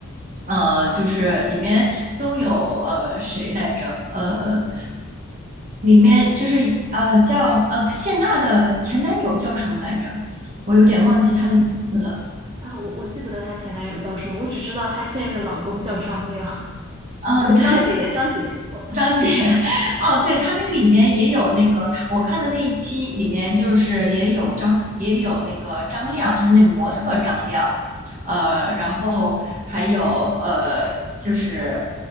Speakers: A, on the right; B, on the right.
A: 呃，就是里面都有呃谁来着？呃，里面就是呃叫呃谢娜的前男友叫什么来着？
B: <laughs>
A: 我有点忘记他的名字了。
B: 啊啊！我我记不得她前男友叫什么，我只知道她现任老公叫张亮啊，
A: 嗯、
B: 不对，
A: 对，
B: 张杰，张杰，错了。
A: 张杰。<laughs> 哦，对，他那个里面也有那个，他我看的那一期里面就是也有张，也有那个张亮，就是那个模特张亮，呃，然后还有呃，就是